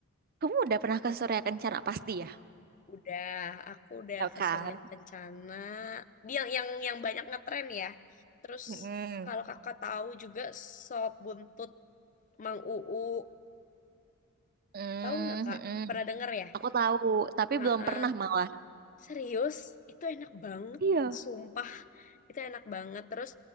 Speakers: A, on the right; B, on the left.
A: kamu udah pernah ke Surya Kencana pasti ya?
B: Udah, aku udah
A: Tahu
B: ke
A: kan?
B: Surya Kencana. Dia yang yang yang banyak ngetren ya. Terus
A: Mm-mm.
B: kalau kakak tahu juga sop buntut Mang Uu,
A: Mm,
B: tahu nggak kak?
A: mm-mm.
B: Pernah denger ya?
A: Aku tahu, tapi
B: Heeh.
A: belum pernah malah.
B: Serius, itu enak banget,
A: Iya.
B: sumpah. Itu enak banget. Terus